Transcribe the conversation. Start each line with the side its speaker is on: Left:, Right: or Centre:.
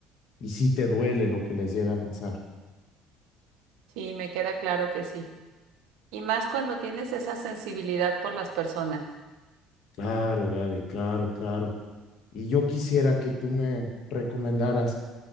Left: y sí te duele lo que les llega a pasar.
Right: Sí, me queda claro que sí. Y más cuando tienes esa sensibilidad por las personas.
Left: Claro, Gaby, claro, claro. Y yo quisiera que tú me recomendaras.